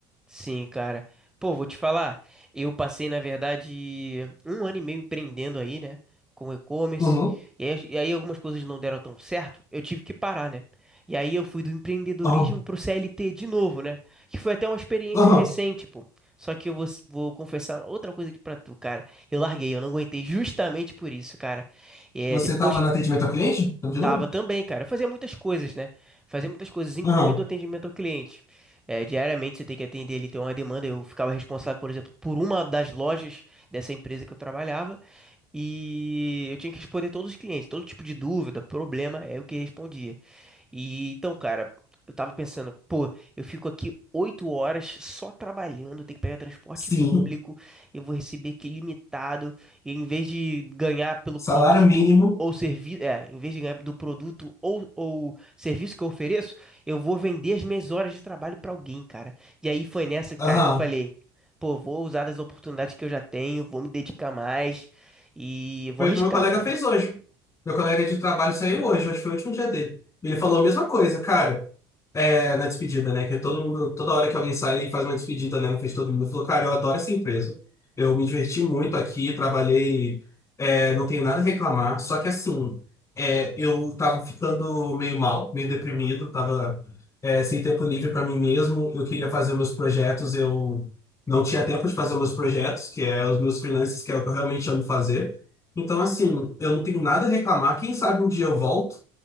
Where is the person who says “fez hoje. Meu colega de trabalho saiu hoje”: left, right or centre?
Left